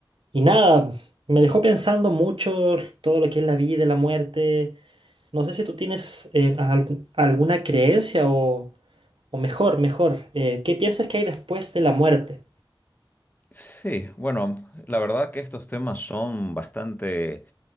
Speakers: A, on the right (about 75°); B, on the left (about 20°).
A: y nada, me dejó pensando mucho todo lo que es la vida y la muerte. No sé si tú tienes eh, algu- alguna creencia o, o mejor, mejor, eh, ¿qué piensas que hay después de la muerte?
B: Sí, bueno, la verdad que estos temas son bastante